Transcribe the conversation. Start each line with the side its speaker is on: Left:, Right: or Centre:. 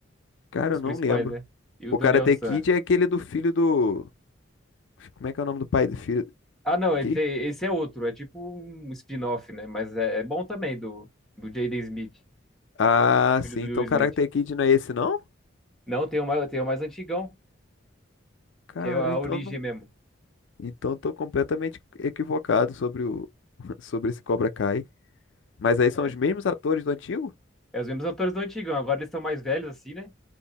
Left: Cara,
Centre: os
Left: eu não
Centre: principais,
Left: lembro.
Centre: né? E o
Left: O
Centre: Daniel
Left: Karate
Centre: San.
Left: Kid é aquele do filho do. Como é que é o nome do pai do filho?
Centre: Ah, não, e
Left: Que?
Centre: tem- esse é outro, é tipo um spin-off, né? Mas é, é bom também, do, do Jaden Smith,
Left: Ah,
Centre: filho
Left: sim.
Centre: do
Left: Então
Centre: Will Smith.
Left: Karate Kid não é esse, não?
Centre: Não, tem o mais, tem o mais antigão,
Left: Cara,
Centre: que é a
Left: então
Centre: origem
Left: não...
Centre: mesmo.
Left: então eu tô completamente equivocado sobre o <laughs> sobre esse Cobra Kai. Mas aí são
Centre: É,
Left: os mesmos atores do antigo?
Centre: é os mesmos atores do antigão, agora eles estão mais velhos, assim, né?